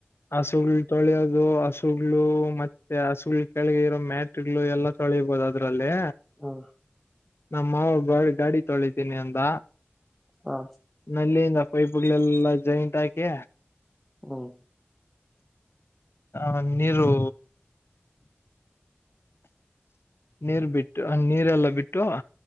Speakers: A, on the left (about 70°); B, in the centre.
A: ಹಸುಗಳು ತೊಳೆಯೋದು ಹಸುಗಳು ಮತ್ತೆ ಹಸುಗಳು ಕೆಳಗೆ ಇರೋ ಮ್ಯಾಟ್. ಗಳು ಎಲ್ಲ ಸೊಳಿಬೋದು ಅದ್ರಲ್ಲಿ.
B: ಹ್ಮ
A: ನಮ್ಮ ಮಾವ ಬಾರಿ ಗಾಡಿ ತೊಳಿದ್ದೀನಿ ಅಂದ.
B: ಹಾ.
A: ನಲ್ಲಿಯಿಂದ ಪೈಪ್ಗಳೆಲ್ಲಾ ಜಾಯಿಂಟ್ ಹಾಕಿ.
B: ಹ್ಮ್.
A: ಹ ನೀರು. ನೀರ್ ಬಿಟ್ಟು ನೀರೆಲ್ಲಾ ಬಿಟ್ಟು.